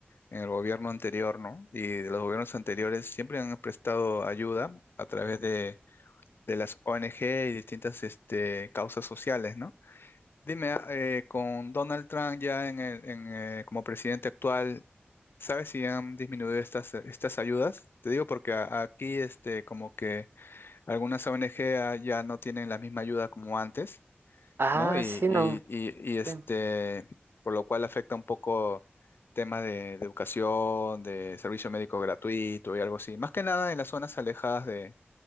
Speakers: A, on the left; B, on the right.
A: en el gobierno anterior, ¿no? Y de los gobiernos anteriores siempre han prestado ayuda a través de, de las ONG y distintas, este, causas sociales, ¿no? Dime, ah, eh, con Donald Trump ya en el- en, eh, como presidente actual, ¿sabes si han disminuido estas, estas ayudas? Te digo porque a- aquí este, como que algunas ONG a- ya no tienen la misma ayuda como antes,
B: Ah,
A: ¿no? Y, y-
B: sí, no.
A: y- y, este,
B: Sí,
A: por lo cual afecta un poco temas de, de educación, de servicio médico gratuito y algo así. Más que nada en las zonas alejadas de,